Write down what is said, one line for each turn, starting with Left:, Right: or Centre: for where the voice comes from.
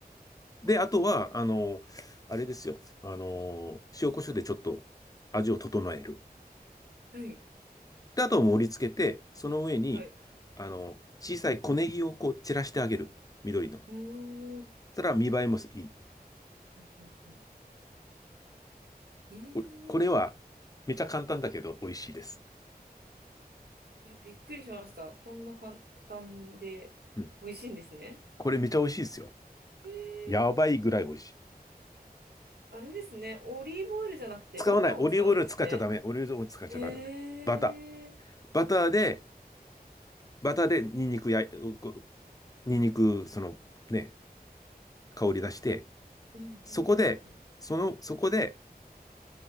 Left: で、あとは、あの、あれですよ。あの、塩コショウでちょっと味を整える。
Right: はい。
Left: で、あとは盛り付けて、その上に、
Right: はい。
Left: あの、小さい小ネギをこう散らしてあげる。緑の。そし
Right: おー。
Left: たら見栄えもいい。
Right: うん、うん、うん。ええ
Left: これ、これは、めちゃ簡単だけど美味しいです。
Right: いや、びっくりしました。こんな簡単で美味しいんですね。
Left: うん。これめちゃ美味しいですよ。
Right: えー、
Left: やばいぐらい美味しい。
Right: あれですね。オリーブオイルじゃなくてバターを使うんですね。
Left: 使わない。オリーブオイル使っちゃダメ。オリーブオイル使っちゃダメ。
Right: えー、
Left: バター。バターで、バターでニンニクや、こうニンニク、そのね、香り出して、
Right: うんうんうんうん。
Left: そこで、その、そこで、